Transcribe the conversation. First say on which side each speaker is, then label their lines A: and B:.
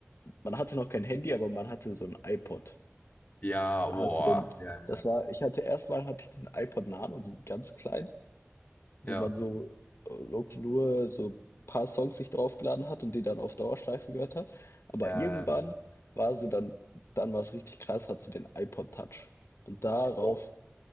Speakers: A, on the left; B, on the left.
A: Man hatte noch kein Handy, aber man hatte so 'n iPod.
B: ja,
A: Hatte
B: boah.
A: den
B: Ja,
A: das war ich hatte erst mal hatte ich diesen iPod Nano, diesen ganz kleinen, wo
B: ja.
A: man so, äh, low key nur so paar Songs sich draufgeladen hat und die dann auf Dauerschleife gehört hat. Aber
B: ja.
A: irgendwann
B: Äh,
A: war so dann dann war's richtig krass, hattest du den iPod Touch. Und darauf
B: boah.